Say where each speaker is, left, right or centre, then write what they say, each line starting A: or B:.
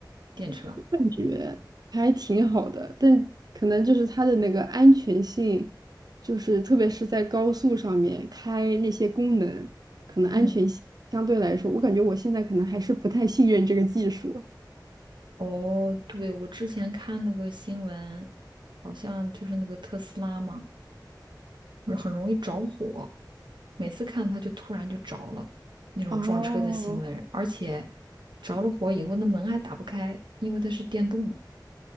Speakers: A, on the right; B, on the right.
A: 电车？
B: 感觉还挺好的，但可能就是它的那个安全性，就是特别是在高速上面开那些功能，可能安全性相对来说，
A: 嗯，
B: 我感觉我现在可能还是不太信任这个技术。
A: 哦，对，我之前看那个新闻，好像就是那个特斯拉嘛。很容易着火，每次看它就突然就着了，那种撞车的新闻，
B: 哦，
A: 而且着了火以后那门还打不开，因为它是电动的，